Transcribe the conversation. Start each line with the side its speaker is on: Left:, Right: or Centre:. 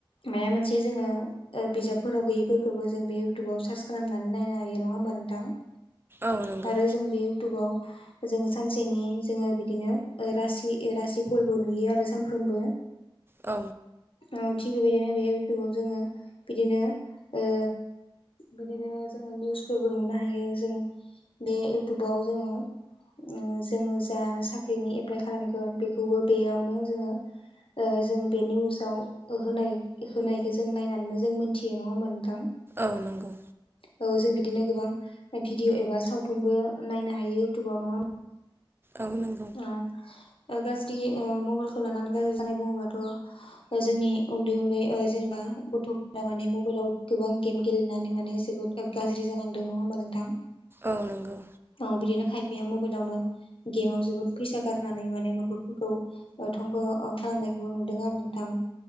Left: माया मोनसे जोङो ओ बिजाबफोराव गैयैफोरखोबो जों बे इउटुबाव सार्च खालामनानै नायनो हायो नङा होमबा नोंथां?
Right: औ नंगौ
Left: आरो जोङो बे इउटुबाव जों सानसेनि जोङो बिदिनो ओ रासि <unintelligible> रासि फलबो नुयो आरो सानफ्रोमबो।
Right: औ
Left: औ थिग बेबायदिनो बे इउटुबाव जोङो बिदिनो ओ बिदिनो जोङो निउसफोरबो नुनो हायो जों बे इउटुबाव जोङो उम जोङो जा साख्रिनि एप्लाइ खालामगोन बेखौबो बेयावनो जोङो ओ जों बे निउसाव ओ होनाय-होनायखो जों नायनानैनो जों मोनथियो नङा होमबा नोंथां
Right: औ नोंगौ
Left: औ जों बिदिनो गोबां भिडिअ एबा सावथुनबो नायनो हायो इउटुबाव नङा
Right: औ नोंगौ।
Left: औ ओ गाज्रि ओ मबाइलखौ लानानै गाज्रि जानाय बुङोबाथ' ओ जोंनि उन्दै-उन्दै ओ जेनेबा गथ' दा माने मबाइलाव गोबां गेम गेलेनानै माने जोबोद गाज्रि जालांदों नङा होमबा नोंथां?
Right: औ नंगौ
Left: औ बिदिनो खायफाया मबाइलावनो गेमाव जोबोद फैसा गारनानै माने न'खरफोरखौ ओ धंख' खालामनायखौबो नुदों आरो नोंथां